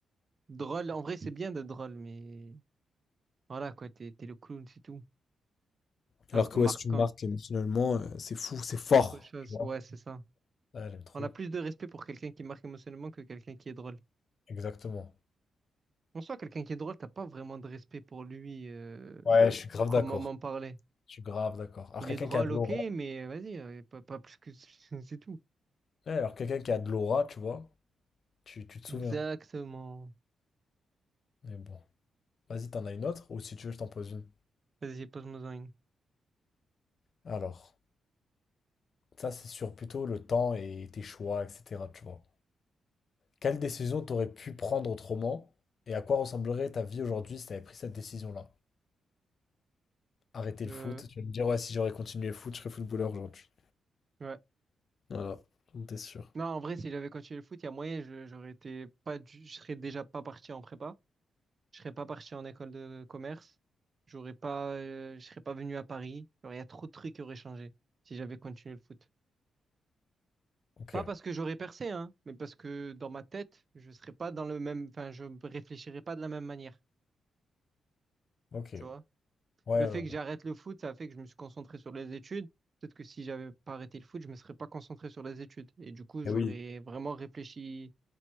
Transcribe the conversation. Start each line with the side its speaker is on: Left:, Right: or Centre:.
Right: drôle. En vrai, c'est bien de drôle, mais voilà quoi, t'es t'es le clown, c'est tout. Alors
Left: Alors
Right: que
Left: que
Right: marquant,
Left: ouais, si tu me marques émotionnellement, euh, c'est fou, c'est fort.
Right: c'est autre chose.
Left: Tu vois?
Right: Ouais, c'est ça.
Left: Ah, j'aime trop.
Right: On a plus de respect pour quelqu'un qui marque émotionnellement que quelqu'un qui est drôle.
Left: Exactement.
Right: En soi, quelqu'un qui est drôle, t'as pas vraiment de respect pour lui, euh,
Left: Ouais, je suis grave
Right: proprement
Left: d'accord.
Right: parlé.
Left: Je suis grave d'accord. Alors
Right: Il
Left: quelqu'un
Right: est drôle,
Left: qui a de l'aura.
Right: ok, mais vas-y, euh, pas, pas plus que <laughs> c'est tout.
Left: Ouais, alors quelqu'un qui a de l'aura, tu vois, tu, tu te
Right: Exactement.
Left: souviens. Mais bon. Vas-y, t'en as une autre, ou si tu veux, je t'en pose une.
Right: Vas-y, pose-moi une.
Left: Alors. Ça, c'est sur plutôt le temps et tes choix, etc. Tu vois. Quelle décision t'aurais pu prendre autrement et à quoi ressemblerait ta vie aujourd'hui si t'avais pris cette décision-là? Arrêter
Right: Euh,
Left: le foot, tu vas me dire, ouais, si j'aurais continué le foot, je serais footballeur aujourd'hui.
Right: ouais.
Left: Voilà, on était sûr.
Right: Non, en vrai, si j'avais continué le foot, il y a moyen, je, j'aurais été pas, du- je serais déjà pas parti en prépa. Je serais pas parti en école de commerce. J'aurais pas, euh, je serais pas venu à Paris. Genre, il y a trop de trucs qui auraient changé si j'avais continué le foot.
Left: Ok,
Right: Pas parce que j'aurais percé, hein, mais parce que dans ma tête, je serais pas dans le même, enfin, je réfléchirais pas de la même manière.
Left: ok.
Right: Tu vois?
Left: Ouais,
Right: Le
Left: ouais.
Right: fait
Left: ouais.
Right: que j'arrête le foot, ça a fait que je me suis concentré sur les études. Peut-être que si j'avais pas arrêté le foot, je me serais pas concentré sur les études. Et du coup,
Left: Eh
Right: j'aurais
Left: oui.
Right: vraiment réfléchi